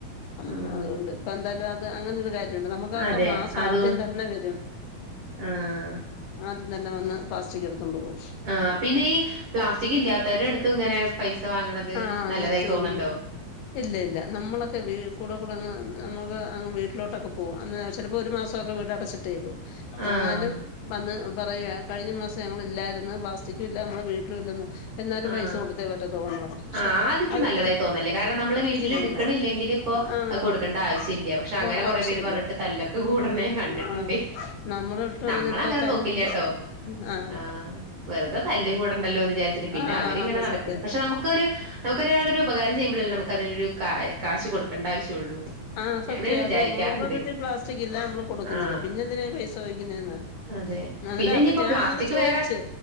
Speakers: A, on the left; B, on the right.
A: അമ്മ
B: ആഹ്
A: അതുകൊണ്ട് ഇപ്പന്തായാലും അത് അങ്ങനെ ഒരു കാര്യമുണ്ട് നമുക്കൊക്കെ
B: അതെ
A: മാസം
B: അതുകൊണ്ട്
A: ആദ്യം തന്നെ വരും.
B: ആഹ്
A: ആദ്യം തന്നെ വന്ന് പ്ലാസ്റ്റിക് എടുത്തൊണ്ട് പോകും.
B: ആഹ് പിന്നെ ഈ പ്ലാസ്റ്റിക് ഇല്ലാത്തവരുടട്ത്തും ഇങ്ങനെ പൈസ വാകുങ്ങ്ണത്
A: ആ
B: നല്ലതായി
A: ചോദിക്കും
B: തോന്ന്ണ്ടോ?
A: ഇല്ല ഇല്ല, നമ്മളൊക്കെ വീ കൂടക്കൂ അപ്പങ്ങ് നമുക്ക് വീട്ടിലോട്ടൊക്കെ പോകും. അന്ന് ചെലപ്പോ ഒരു മാസമൊക്കെ വീട് അടച്ചിട്ടേക്കും എന്നാലും
B: ആഹ്
A: വന്ന് പറയ കഴിഞ്ഞ മാസം ഞങ്ങള് ഇല്ലായിരുന്ന് പ്ലാസ്റ്റിക്കും ഇല്ല നമ്മള് വീട്ടിലും ഇല്ലെന്ന് എന്നാലും
B: ആഹ്,
A: പൈസ കൊടുത്തേ പറ്റത്തോളെന്ന് പറയും പക്ഷെ
B: ആഹ് അതിക്ക്
A: അതിന്
B: നല്ലതായി തോന്നല്ല കാരണം നമ്മള്
A: ചിന്തിക്കുന്നില്ല
B: വീട്ടില് ഇട്ക്ക്ണില്ലെങ്കില് അപ്പൊ
A: ആഹ്
B: അത് കൊടുക്കേണ്ടാവശ്യല്ല. പക്ഷെ
A: ഇപ്പൊ
B: അങ്ങനെ കൊറേ
A: ആവശ്യല്ല
B: പേര് പറഞ്ഞിട്ട് തല്ലൊക്കെ കൂട്ണെ ഞാൻ കണ്ടിട്ടുണ്ടേ.
A: ആഹ് ആഹ് നമ്മുടെ വീട്ടിലും
B: ന്നമ്മളങ്ങനെ
A: അങ്ങനെ ഇപ്പൊ കഴിഞ്ഞ
B: നോക്കില്ല്യാട്ടോ.
A: ദിവസം ആഹ്
B: ആ വെർതേ തല്ല് കൂടണ്ടല്ലോന്ന് ചാര്ച്ചി പിന്നെ
A: ആഹ്
B: അവരിങ്ങനെ
A: അന്ന്
B: നടക്കല്ലേ
A: സത്യം
B: പക്ഷെ നമുക്കൊരു നമുക്കൊരാളൊരു ഉപകാരം ചെയ്യുമ്പളല്ലേ നമുക്ക് അതൊരു കാശ് കൊടുക്കണ്ട ആവശ്യള്ളൂ.
A: ആ സത്യം
B: ഞാനങ്ങനെ വിചാരിക്കാറുണ്ട്
A: അത് അമ്മള് വീട്ടി പ്ലാസ്റ്റികില്ല അമ്മള് കൊടുക്കുന്നില്ല
B: ആ
A: പിന്നെ എന്തിനാ പൈസയ്ക്കുന്നെന്ന.
B: അതെ പിന്നെ
A: ന്നേരം അപ്പ
B: ഇനിയിപ്പോ
A: ഞാ
B: പ്ലാസ്റ്റിക്
A: അങ്ങനെ ചോയ്ച്ച്
B: വേറെ